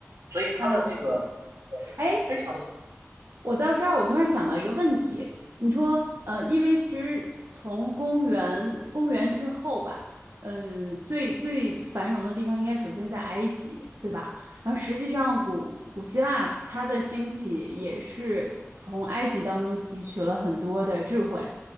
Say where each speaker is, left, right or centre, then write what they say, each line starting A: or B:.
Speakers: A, on the right; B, on the right.
A: 所以它的这个呃
B: 哦，哎，
A: 非常的不，
B: 我到这儿，我突然想到一个问题，你说，呃，因为其实从公元公元之后吧，呃，最最繁荣的地方应该首先在埃及，对吧？然后实际上古古希腊它的兴起也是从埃及当中汲取了很多的智慧，